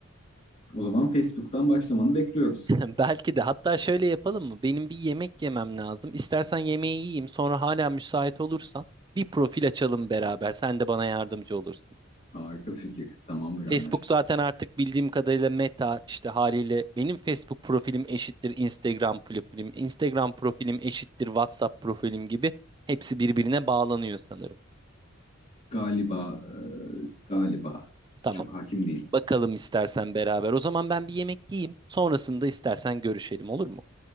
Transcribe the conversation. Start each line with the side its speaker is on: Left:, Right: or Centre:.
Left: O zaman Facebook'tan başlamanı bekliyoruz.
Right: <laughs> Belki de hatta şöyle yapalım mı? Benim bir yemek yemem lazım. İstersen yemeği yiyeyim, sonra hala müsait olursan bir profil açalım beraber. Sen de bana yardımcı olursun.
Left: Harika fikir. Tamamdır
Right: Facebook
Left: anlaştık.
Right: zaten artık bildiğim kadarıyla Meta işte haliyle benim Facebook profilim eşittir Instagram profilim, Instagram profilim eşittir WhatsApp profilim gibi hepsi birbirine bağlanıyor sanırım.
Left: Galiba, e, galiba.
Right: Tamam.
Left: Çok hakim değilim.
Right: Bakalım istersen beraber. O zaman ben bir yemek yiyeyim. Sonrasında istersen görüşelim olur mu?